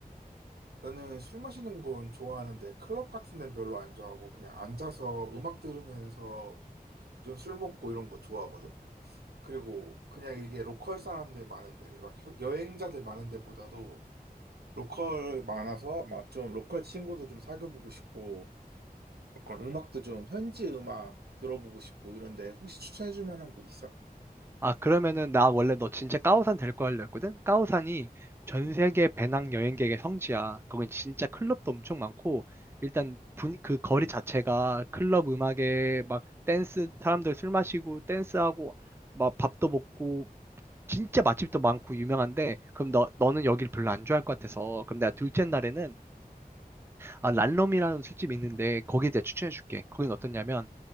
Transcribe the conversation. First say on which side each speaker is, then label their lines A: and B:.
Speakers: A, on the right; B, on the right.
A: 나는 술 마시는 건 좋아하는데 클럽 같은 데는 별로 안 좋아하고 그냥 앉아서 음악 들으면서 좀 술 먹고 이런 거 좋아하거든? 그리고 그냥 이게 로컬 사람들 많은데 막 혀- 여행자들 많은 데보다도 로컬 많아서 막 좀 로컬 친구도 좀 사귀어보고 싶고 로컬 음악도 좀 현지 음악 들어보고 싶고 이런데 혹시 추천해줄 만한 곳 있어?
B: 아, 그러면은 나 원래 너 진짜 까오산 데리고 하려 했거든? 까오산이 전 세계 배낭 여행객의 성지야. 거긴 진짜 클럽도 엄청 많고, 일단 분, 그 거리 자체가 클럽 음악에 막 댄스, 사람들 술 마시고 댄스하고 막 밥도 먹고, 진짜 맛집도 많고 유명한데, 그럼 너, 너는 여기를 별로 안 좋아할 것 같아서, 그럼 내가 둘째 날에는, 아, 란롬이라는 술집이 있는데, 거기에 대해 추천해줄게. 거긴 어떠냐면,